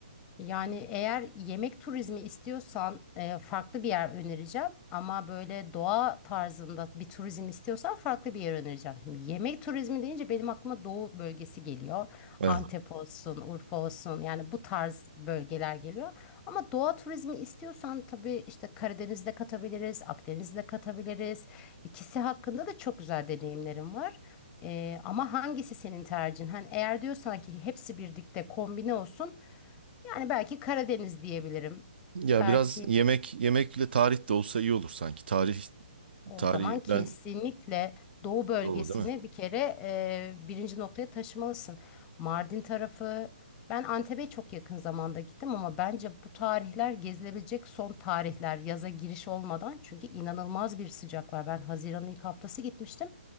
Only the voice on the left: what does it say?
Yani eğer yemek turizmi istiyorsan e, farklı bir yer önereceğim. Ama böyle doğa tarzında bir turizm istiyorsan farklı bir yer önereceğim. Şimdi yemek turizmi deyince benim aklıma doğu bölgesi geliyor.
Antep olsun, Urfa olsun yani bu tarz bölgeler geliyor. Ama doğa turizmi istiyorsan tabii işte Karadeniz'de katabiliriz, Akdeniz'de katabiliriz. İkisi hakkında da çok güzel deneyimlerim var. E, ama hangisi senin tercihin? Hani eğer diyorsan ki hepsi birlikte kombine olsun. Yani belki Karadeniz diyebilirim.
Belki
o
zaman kesinlikle
Doğu bölgesini
bir kere e, birinci noktaya taşımalısın. Mardin tarafı, ben Antep'e çok yakın zamanda gittim ama bence bu tarihler gezilebilecek son tarihler yaza giriş olmadan. Çünkü inanılmaz bir sıcak var. Ben Haziran'ın ilk haftası gitmiştim.